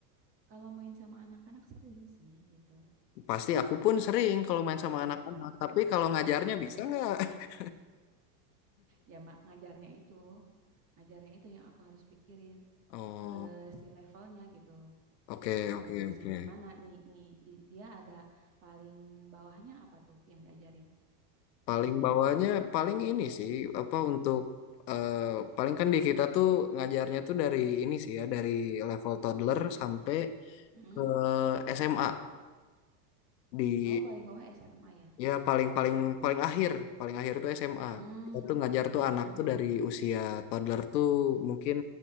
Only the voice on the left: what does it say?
Pasti aku pun sering kalau main sama anak-anak, tapi kalau ngajarnya
bisa nggak? <laughs>
Oh,
oke
oke
oke.
Paling bawahnya paling ini sih apa untuk eh, paling kan di kita tuh ngajarnya tuh dari ini sih ya dari level toddler sampai
ke SMA di
Ya paling paling paling akhir, paling akhir tuh SMA.
Kita tuh ngajar tuh
anak tuh dari usia toddler tuh mungkin